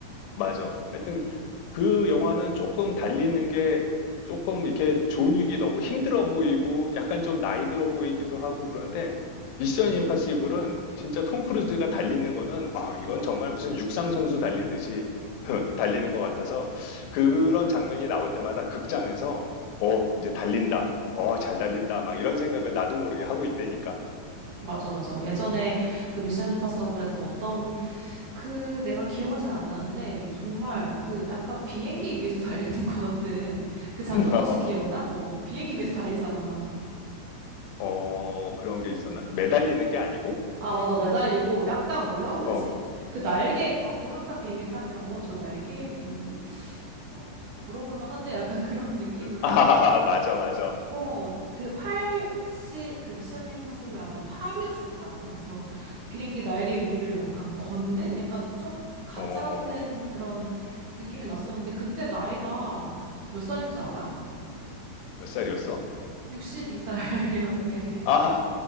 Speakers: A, on the left (about 85°); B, on the right (about 55°).
A: 맞아. 하여튼 그 영화는 조금 달리는 게 조금 이렇게 존윅이 너무 힘들어 보이고 약간 좀 나이 들어 보이기도 하고 그런데 미션 임파서블은 진짜 톰 크루즈가 달리는 거는 아, 이건 정말 무슨 육상 선수 달리듯이 <laughs> 달리는 것 같아서 그런 장면이 나올 때마다 극장에서 어, 이제 달린다. 어, 잘 달린다. 막 이런 생각을 나도 모르게 하고 있다니까.
B: 맞아, 맞아. 예전에 그 미션 임파서블에서 어떤 그 내가 기억은 잘 안 나는데 정말 그 약간 비행기 위에서 <laughs> 달리는 것 같은 그 장면도
A: <laughs>
B: 혹시 기억나? 어, 비행기 위에서 달리잖아.
A: 어, 그런 게 있었나? 매달리는 게 아니고?
B: 아, 맞아. 매달리고 약간 뭐라고 해야
A: 어.
B: 되지? 그 날개, 아, 우리 항상 비행기 타면, 어, 저 날개 위 조금 걸어볼 만한데? 약간 그런 <laughs> 느낌으로
A: 아,
B: 비행기,
A: <laughs> 맞아, 맞아.
B: 어, 그 팔, 실, 그 미션 임파서블 아마 팔이었을 거야. 거기서 비행기 날개 위를 약간 걷는? 약간 좀 가짜
A: 어,
B: 같은 그런 느낌이 났었는데, 그때 나이가 몇 살인 줄 알아?
A: 몇 살이었어?
B: 62살이었대.
A: 아,